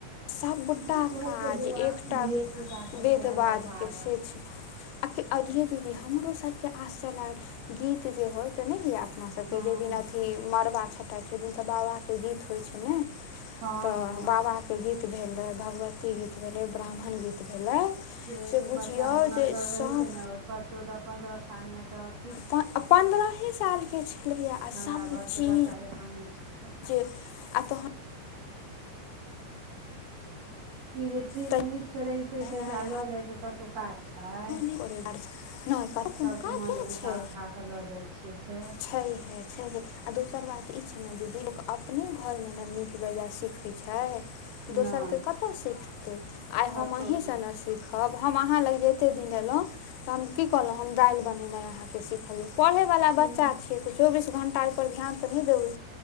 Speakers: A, on the left (about 85°); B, on the right (about 75°).
A: सभटा
B: हमरा घर
A: काज
B: के बौआ
A: एकटा
B: धिये पुता सब
A: वेध
B: छै अर्ध
A: वाधके
B: पागल
A: से छै। आ अजे दीदी हमरो सबके आस चलाल गीत जे होय ते नहि होइया अपना सभके
B: हँ
A: जाहि दिन अथि मड़बा छँटाइ छै, ओहि दिन तऽ बाबाके गीत होइ छै ने।
B: हँ
A: तऽ
B: हँ
A: बाबाके गीत भेलै, भगवती गीत भेलै, ब्राह्मण गीत भेलै।
B: के
A: से बुझियौ
B: बच्चा हुनरगर
A: जे सभ
B: रहे छै, ने ओतऽ चौदह पन्द्रह साल में तक
A: प पन्द्रहे सालके छलैए आ सभचीज
B: हमरा घर के बच्चा जकाँ नहि छै
A: तऽ आ तहन।
B: ई जे ठीक
A: तऽ
B: नीकसँ रहितै,
A: भेनाइ
B: तऽ एकरा लऽ जायके कतहु काज छै।
A: न कोनो
B: सबठमा
A: क क
B: जे उठा
A: छै
B: उठा कऽ लऽ जाइ छियै से
A: छै। छैे आ दोसर बात ई छै, ने दीदी लोक अपने घरमे ने नीक बेजाय सिखै छै। दोसरकेँ
B: नहि
A: कतय सीखतै आइ,
B: कतहु
A: हम अहीसँ
B: नहि
A: ने सीखबै सिखब हम अहाँ लग एतेक दिन एलहुँ, तऽ हम की कहलहुँ, हम दालि बनेनाइ अहाँके सिखलिय पढ़ैवला बच्चा
B: एह
A: छियै, तऽ चौबीस घंटा ओहिपर ध्यान, तऽ नहि देबै